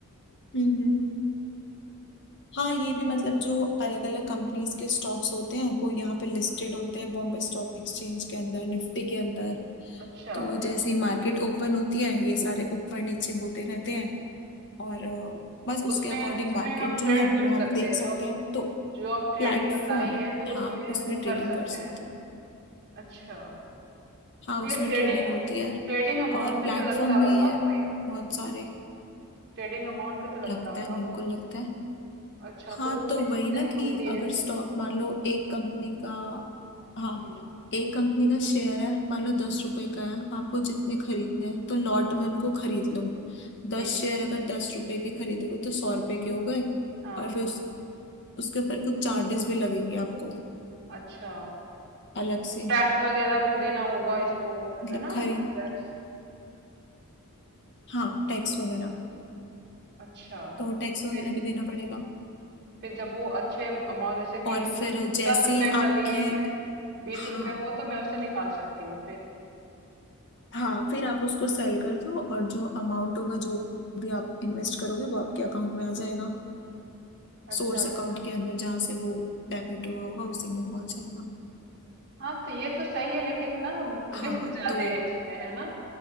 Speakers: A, on the left; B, on the right.
A: हम्म हाँ ये भी मतलब जो अलग अलग कंपनीज के स्टॉक्स होते हैं वो यहाँ पे लिस्टेड होते हैं बॉम्बे स्टॉक एक्सचेंज के अंदर निफ्टी के अंदर
B: अच्छा
A: तो जैसे ही मार्केट ओपन होती है ये सारे ऊपर नीचे होते रहते हैं और अ, बस
B: तो
A: उसके
B: उसमें
A: अकॉर्डिंग
B: उसमें
A: मार्केट
B: हम
A: जो
B: ट्रेड
A: है
B: कर
A: वो
B: सकते
A: हम देख
B: हैं
A: सकते
B: जो
A: हैं तो
B: जो आप ट्रेडिंग
A: प्लेटफॉर्म
B: बताई है
A: है
B: तो उसमें
A: हाँ
B: हम
A: उसमें ट्रेडिंग
B: कर सकते
A: कर
B: हैं
A: सकते हैं
B: अच्छा
A: हाँ
B: तो
A: उसमें
B: ये ट्रेडिंग
A: ट्रेडिंग होती है
B: ट्रेडिंग अमाउंट
A: और प्लेटफॉर्म
B: पे तो लगता
A: भी
B: होगा
A: है
B: कोई
A: बहुत सारे
B: ट्रेडिंग अमाउंट पे तो लगता
A: लगता
B: होगा
A: है बिल्कुल
B: कुछ
A: लगता है
B: अच्छा
A: हाँ
B: तो वो
A: तो
B: किसको
A: वही ना
B: देनी
A: कि
B: होती
A: अगर
B: है
A: स्टॉक मान लो एक कंपनी का हाँ
B: हम्म
A: एक कंपनी का शेयर है मान लो दस रुपए का है आपको जितने खरीदने हैं तो लॉट में उनको खरीद लो दस
B: ठीक
A: शेयर
B: है
A: अगर दस रुपए के खरीदोगे तो सौ रुपए के हो गए
B: हाँ
A: और फिर उस, उसके ऊपर कुछ चार्जेस भी लगेंगे आपको
B: अच्छा
A: अलग से
B: टैक्स वगैरह भी देना होगा इसको
A: मतलब
B: है ना
A: खरीद
B: टैक्स
A: हाँ टैक्स वगैरह
B: अच्छा
A: तो टैक्स वगैरह
B: फिर
A: भी देना पड़ेगा
B: फिर जब वो अच्छे अमाउंट जैसे कि
A: और
B: द-
A: फिर जैसे
B: दस रुपए
A: ही
B: का
A: आपकी
B: लिए हैं बीस
A: हाँ
B: रुपए हो तो मैं उसे निकाल सकती हूँ फिर
A: हाँ फिर आप उसको सेल कर दो और जो अमाउंट होगा जो भी आप इन्वेस्ट करोगे वो आपके अकाउंट में आ जाएगा
B: अच्छा
A: सोर्स
B: ये-
A: अकाउंट के अंदर जहाँ से वो डेबिट हुआ होगा उसी में वो आ जाएगा
B: हाँ तो ये तो सही है लेकिन ना
A: हाँ
B: रिस्क ज्यादा
A: तो
B: है इसमें है ना